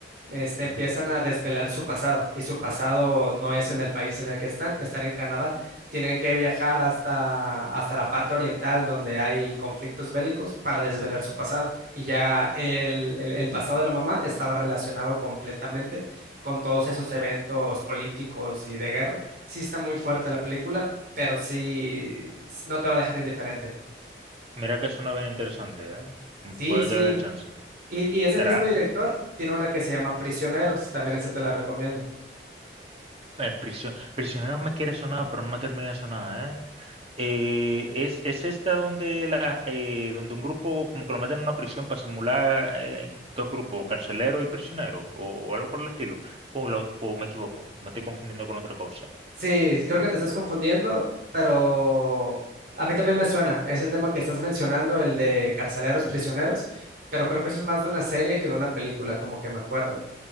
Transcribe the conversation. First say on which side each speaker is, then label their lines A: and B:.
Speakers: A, on the right; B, on the right.
A: este,
B: ujú.
A: empiezan a desvelar su pasado y su pasado no es en el país en el que están, están en Canadá, tienen que viajar hasta, hasta la parte oriental donde hay conflictos bélicos para desvelar su pasado y ya el, el el pasado de la mamá estaba relacionado completamente con todos esos eventos políticos y de guerra. Sí está muy fuerte la película, pero sí s- no te va a dejar indiferente.
B: Mira que suena bien interesante, ¿eh? Mm,
A: Sí,
B: Puede
A: sí.
B: que le dé el chance.
A: Y, y ese
B: ¿Estará,
A: mismo director tiene una que se llama Prisioneros, también esa te la recomiendo.
B: Eh, prisio- prisioneros me quiere sonar, pero no me termina de sonar, ¿eh? Eh, es, es esta donde, la, eh, donde un grupo como que lo meten en una prisión para simular eh, dos grupos, carcelero y prisionero, o, o algo por el estilo. O, lo- o me equivoco, me estoy confundiendo con otra cosa.
A: Sí, creo que te estás confundiendo, pero a mí también me suena ese tema que estás mencionando, el de carceleros prisioneros, pero creo que eso es más de una serie que de una película, como que me acuerdo.